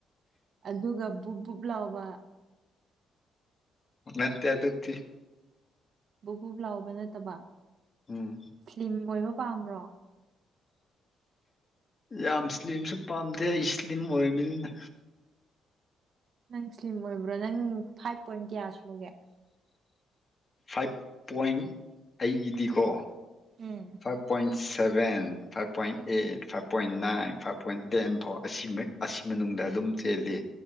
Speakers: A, on the right; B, on the left.
A: ꯑꯗꯨꯒ ꯕꯨ ꯕꯨꯨꯞ ꯂꯥꯎꯕ
B: ꯅꯠꯇꯦ ꯑ ꯑꯗꯨꯗꯤ
A: ꯕꯄꯞ ꯂꯥꯎꯕ ꯅꯠꯇꯕ
B: ꯎꯝ
A: ꯁ꯭ꯂꯤꯝ ꯑꯣꯏꯕ ꯄꯥꯝꯕ꯭ꯔꯣ
B: ꯌꯥꯝ ꯏꯁ꯭ꯂꯤꯝꯁꯨ ꯄꯥꯝꯗꯦ ꯑꯩ ꯏꯁ꯭ꯂꯤꯝ ꯑꯣꯏꯕꯅꯤꯅ
A: ꯅꯪ ꯁ꯭ꯂꯤꯝ ꯑꯣꯏꯕ꯭ꯔꯣ ꯅꯪ ꯐꯥꯏꯚ ꯄꯣꯏꯟ ꯀꯌꯥ ꯁꯨꯒꯦ
B: ꯐꯥꯏꯚ ꯄꯣꯏꯟ ꯑꯩꯒꯤꯗꯤꯀꯣ
A: um
B: five point seven five point eight five point nine five point ten ꯐꯥꯎ ꯑꯁꯤ ꯑꯁꯤ ꯃꯅꯨꯡꯗ ꯑꯗꯨꯝ ꯆꯦꯜꯂꯤ